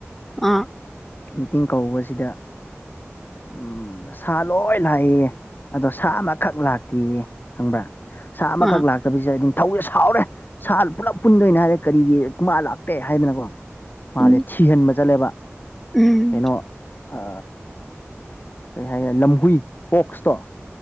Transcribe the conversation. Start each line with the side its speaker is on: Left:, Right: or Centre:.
Centre: ꯑ
Left: ꯃꯤꯇꯤꯡ ꯀꯧꯕꯁꯤꯗ ꯎꯝ ꯁꯥ ꯂꯣꯏ ꯂꯥꯛꯑꯦꯌꯦ ꯑꯗꯣ ꯁꯥ ꯑꯃꯈꯛ ꯂꯥꯛꯇꯦꯌꯦ ꯈꯪꯕ꯭ꯔꯥ ꯁꯥ ꯑꯃꯈꯛ
Centre: ꯑꯥ
Left: ꯂꯥꯛꯇꯕꯤꯖꯤꯗ ꯅꯤꯡꯊꯧꯖꯦ ꯁꯥꯎꯔꯦ ꯁꯥ ꯄꯨꯂꯞ ꯄꯨꯟꯗꯣꯏꯅꯦ ꯍꯥꯏꯔꯦ ꯀꯔꯤꯒꯤ ꯃꯥ ꯂꯥꯛ ꯇꯦ ꯍꯥꯏꯗꯅꯀꯣ ꯃꯥꯖꯦ
Centre: ꯎꯝ
Left: ꯊꯤꯍꯟꯕ ꯆꯠꯂꯦꯕ
Centre: ꯎꯝ
Left: ꯀꯩꯅꯣ ꯑ ꯀꯩ ꯍꯥꯏꯒ꯭ꯔꯦ ꯂꯝꯍꯨꯏ ꯐꯣꯛꯁꯇꯣ